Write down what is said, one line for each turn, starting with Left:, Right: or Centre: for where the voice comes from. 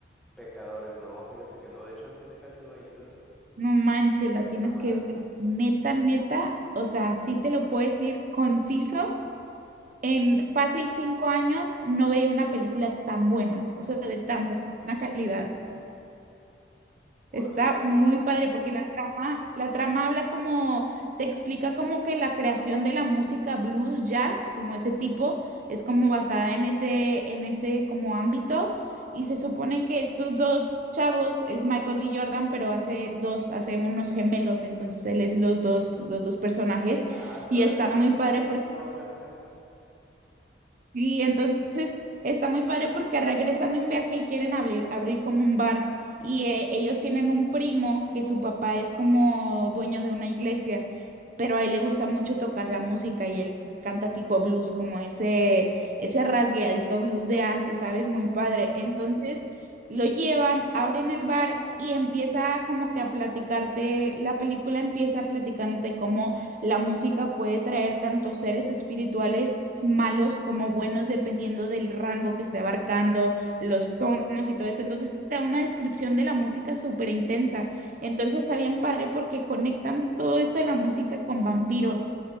Centre: Pecadores, no, fíjate que no, de hecho al cine casi no he ido.
Right: No manches, la tienes
Centre: Está buena,
Right: que ver. Neta, neta, o sea, sí te lo puedes decir conciso. En fácil cinco años no veía una película tan buena, o sea,
Centre: conciso,
Right: de tan
Centre: y conciso.
Right: buena calidad.
Centre: Órale.
Right: Está muy padre porque la trama, la trama habla como, te explica como que la creación de la música blues, jazz, como ese tipo, es como basada en ese, en ese como ámbito. Y se supone que estos dos chavos es Michael B. Jordan, pero hace dos, hace unos gemelos, entonces él es los dos, los dos personajes.
Centre: Ah, se
Right: Y
Centre: aventó
Right: está muy padre
Centre: el Lindsay
Right: porque
Centre: Lohan.
Right: Sí, entonces está muy padre porque regresan de un viaje y quieren abrir, abrir como un bar y eh, ellos tienen un primo que su papá es como dueño de una iglesia, pero a él le gusta mucho tocar la música y él canta tipo blues, como ese, ese rasgueadito blues de antes, ¿sabes? Muy
Centre: <laughs>
Right: padre. Entonces lo llevan, abren el bar y empieza como que a platicarte, la película empieza platicándote cómo la música puede traer tanto seres espirituales malos como buenos, dependiendo del rango que esté abarcando, los tonos y todo eso. Entonces te da una descripción de la música súper intensa. Entonces está bien padre porque conectan todo esto de la música con vampiros.